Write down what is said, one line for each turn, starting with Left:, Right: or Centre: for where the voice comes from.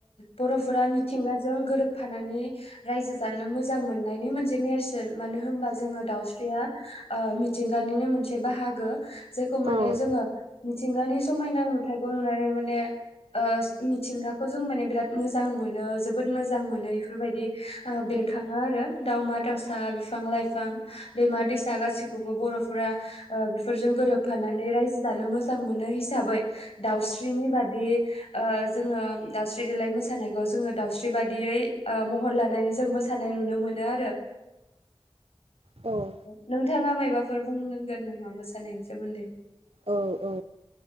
Left: बर'फोरा मिथिंगाजों गोरोबफानानै रायजो जानो मोजां मोननायनि मोनसे नेर सोन मानो होनबा जोङो दाउस्रिया ओ मिथिंगानिनो मोनसे बाहागो। जेखौ माने
Right: औ
Left: जोङो मिथिंगानि समायना नुथाइखौ नुनानै माने ओ मिथिंगाखौ जों माने बिराद मोजां मोनो जोबोद मोजां मोनो। बेफोरबायदि ओ बेरखाङो आरो। दाउमा दावसा बिफां लाइफां दैमा दैसा गासैखौबो बर'फोरा ओ बेफोरजों गोरोबफानानै रायजो जानो मोजां मोनो हिसाबै दाउस्रिनि बादि ओ जोङो दाउस्रि देलाय मोसानायखौ जोङो दाउस्रि बादियै ओ महर लानानै जों मोसानाय नुनो मोनो आरो।
Right: औ
Left: नों नोंथाङा मायबाफोर बुंनांगोन नामा मोसानायनि सोमोन्दै?
Right: औ औ।